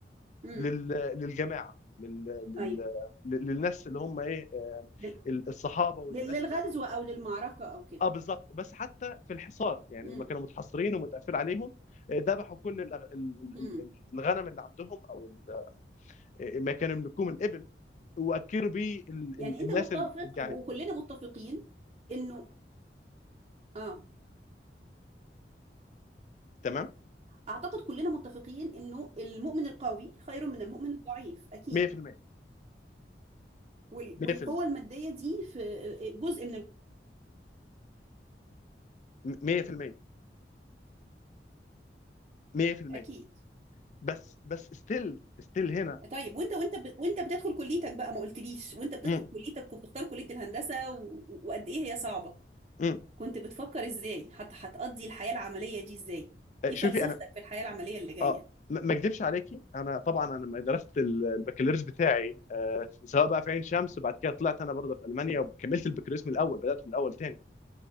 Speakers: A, on the right; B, on the left.
A: امم
B: لل... للجماعه لل... لل...
A: ايوه
B: للناس اللي هم ايه
A: لل-
B: الصحابه والناس
A: لل- للغزو
B: اللي هم
A: او للمعركة او كده
B: اه بالظبط بس حتى في الحصار يعني
A: امم
B: لما كانوا متحصرين ومتقفل عليهم آه، ذبحوا كل الأغ- ال-
A: امم
B: ال- الغنم اللي عندهم او ال- آه، ما كانوا يملكوه من الابل واكلوا بيه ال-
A: يعني
B: ال-
A: انت
B: الناس
A: متفق
B: الجعانين
A: وكلنا متفقين انه اه
B: تمام
A: اعتقد كلنا متفقين انه المؤمن القوي خير من المؤمن الضعيف اكيد
B: 100%
A: وال-
B: 100%
A: والقوة المادية دي في آه، جزء من ال-
B: 100% 100%
A: اكيد
B: بس بس ستيل ستيل هنا
A: طيب وانت وانت ب... وانت بتدخل كليتك بقى ما قلتليش وانت بتدخل
B: مم.
A: كليتك وبتختار كلية الهندسة و... وقد ايه هي صعبة
B: مم.
A: كنت بتفكر ازاي هت... هتقضي الحياة العملية دي ازاي ايه
B: شوفي
A: فلسفتك
B: انا
A: في الحياة العملية اللي جاية
B: اه ما ما اكدبش عليكي انا طبعا انا لما درست ال- البكالوريوس بتاعي آه، سواء بقى في عين شمس بعد كده طلعت انا برضه في المانيا وكملت البكالوريوس من الاول بدات من الاول تاني